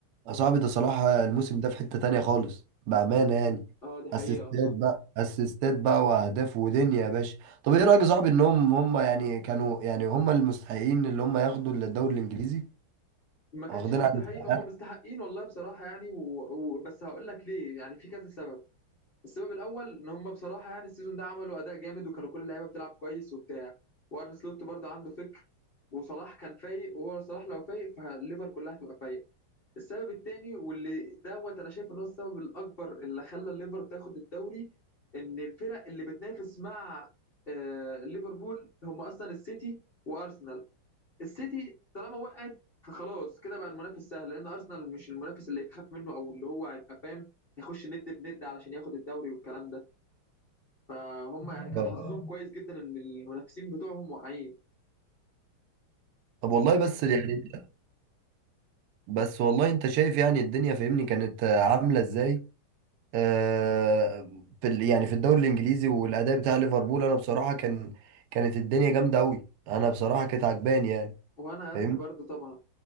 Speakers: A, on the right; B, on the left.
A: صعب ده صلاح الموسم ده في حتة تانية خالص بأمانة يعني
B: اه دي حقيقة
A: اسيستات
B: والله
A: بقى اسيستات بقى واهداف ودنيا يا باشا طب ايه رأيك يا صاحبي ان هم هم يعني كانوا يعني هم المستحقين اللي هم ياخدوا الدوري الانجليزي
B: ما كانش
A: واخدين
B: مستحيل
A: على الاستحقاق
B: هم مستحقين والله بصراحة يعني و... و... بس هقول لك ليه يعني في كذا سبب السبب الأول إن هم بصراحة يعني السيزون ده عملوا أداء جامد وكانوا كل اللعيبة بتلعب كويس وبتاع وأرن سلوت برضه عنده فكر وصلاح كان فايق وهو صلاح لو فايق فالليفر كلها هتبقى فايقة السبب التاني واللي دوت أنا شايف إن هو السبب الأكبر اللي خلى الليفر تاخد الدوري إن الفرق اللي بتنافس مع آه ليفربول هم أصلا السيتي وأرسنال السيتي طالما وقعت فخلاص كده بقى المنافس سهل لان ارسنال مش المنافس اللي يتخاف منه او اللي هو هيبقى فاهم يخش ند بند علشان ياخد الدوري والكلام ده فهم يعني كان
A: آه.
B: حظهم اه كويس جدا ان المنافسين بتوعهم واقعين
A: طب والله بس يعني انت بس والله انت شايف يعني الدنيا فاهمني كانت عاملة ازاي آه، في ال- يعني في الدوري الانجليزي والاداء بتاع ليفربول انا بصراحه كان كانت الدنيا جامده قوي انا بصراحه كانت عجباني يعني
B: وانا يا
A: فاهمني
B: اسطى برضه طبعا